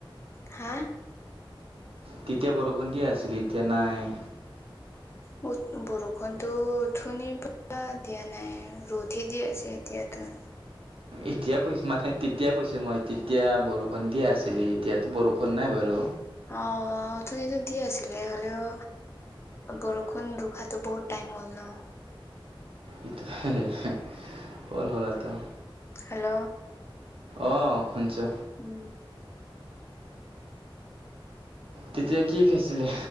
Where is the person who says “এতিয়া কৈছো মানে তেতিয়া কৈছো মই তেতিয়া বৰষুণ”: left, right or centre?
Right